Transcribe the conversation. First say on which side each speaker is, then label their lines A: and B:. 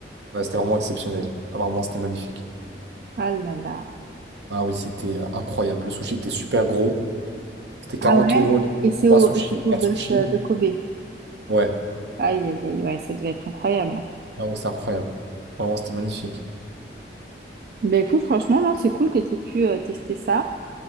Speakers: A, on the right; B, on the right.
A: Ouais, c'était vraiment exceptionnel. Ah, Vraiment, c'était magnifique.
B: Ah là là.
A: Ah oui, c'était euh, incroyable. Le sushi était super gros. C'était 40
B: Ah ouais?
A: euros, les
B: Et c'est
A: 3
B: au,
A: sushis,
B: et c'est au
A: 4
B: bœuf
A: sushis.
B: euh, de Kobe.
A: Ouais,
B: Aïe, aïe, aïe, ouais, ça devait être incroyable. hein.
A: Ah ouais, c'était incroyable. Vraiment, c'était magnifique.
B: Ben écoute, franchement, non, c'est cool que tu aies pu euh, tester ça.